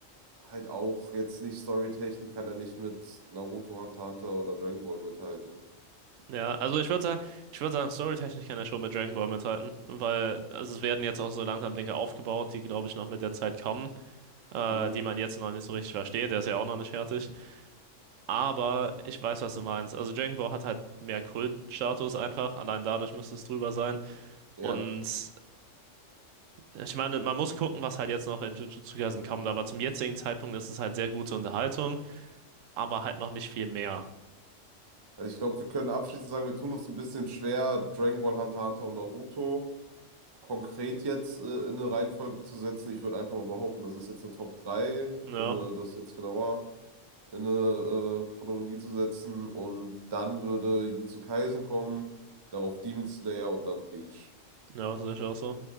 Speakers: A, on the right; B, on the right.
A: halt auch jetzt nicht storytechnisch kann er nicht mit Naruto, Hunter x Hunter oder Dragon Ball mithalten.
B: Ja, also ich würde sagen, ich würde sagen, storytechnisch kann er schon mit Dragon Ball mithalten, weil also es werden jetzt auch so langsam Dinge aufgebaut, die glaube ich noch mit der Zeit kommen, äh,
A: Mhm.
B: die man jetzt noch nicht so richtig versteht. Der ist ja auch noch nicht fertig. Aber ich weiß, was du meinst. Also Dragon Ball hat halt mehr Kultstatus einfach. Allein dadurch müsste es drüber sein.
A: Ja,
B: Und ich meine, man muss gucken, was halt jetzt noch in Jujutsu Kaisen kommt. Aber zum jetzigen Zeitpunkt ist es halt sehr gute Unterhaltung, aber halt noch nicht viel mehr.
A: also ich glaube, wir können abschließend sagen, wir tun uns ein bisschen schwer, Dragon Ball, Hunter x Hunter und Naruto konkret jetzt äh, in eine Reihenfolge zu setzen. Ich würde einfach mal behaupten, das ist jetzt eine Top 3,
B: Ja,
A: ohne das jetzt genauer. in eine äh, Chronologie zu setzen und dann würde Jujutsu Kaisen kommen, darauf Demon Slayer und dann Bleach.
B: ja, sehe ich auch so.